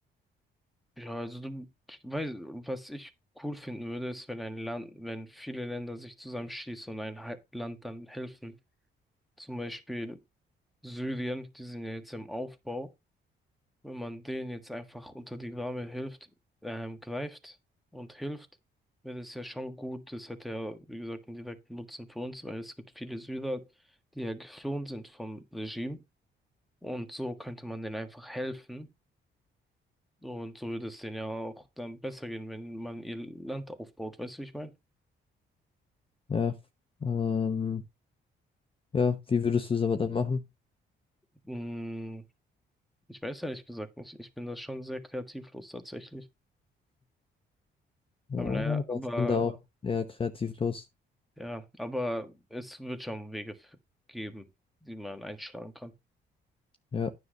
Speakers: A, in the centre; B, on the left (about 25°).
A: ja, also du weißt, was ich cool finden würde, ist, wenn ein Land, wenn viele Länder sich zusammenschließen und ein Hal- Land dann helfen. Zum Beispiel Syrien, die sind ja jetzt im Aufbau. Wenn man denen jetzt einfach unter die Arme hilft, ähm, greift und hilft, wäre das ja schon gut. Das hat ja, wie gesagt, einen direkten Nutzen für uns, weil es gibt viele Syrer, die ja geflohen sind vom Regime. Und so könnte man denen einfach helfen. Und so würde es denen ja auch dann besser gehen, wenn man ihr Land aufbaut. Weißt du, wie ich meine?
B: Ja. Ähm, ja, wie würdest du es aber dann machen?
A: Mm, ich weiß ehrlich gesagt nicht. Ich bin da schon sehr kreativlos tatsächlich.
B: Ja,
A: Aber naja,
B: aber
A: aber
B: ich bin da auch eher kreativlos.
A: Ja, aber es wird schon Wege f- geben, die man einschlagen kann.
B: Ja.